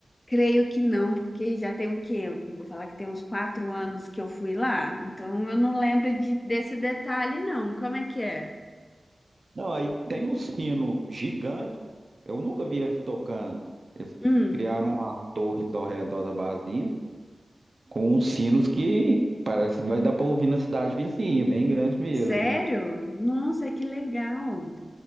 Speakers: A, on the left; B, on the right.
A: Creio que não, porque já tem o quê? Vou falar que tem uns quatro anos que eu fui lá, então eu não lembro de- desse detalhe, não. Como é que é?
B: Não, aí tem um sino gigante. Eu nunca vi eles tocando. Eles
A: Hum,
B: criaram as torres ao redor da Basílica com uns sinos que parece que vai dar para ouvir na cidade vizinha, bem grande mesmo.
A: sério? Nossa, que legal!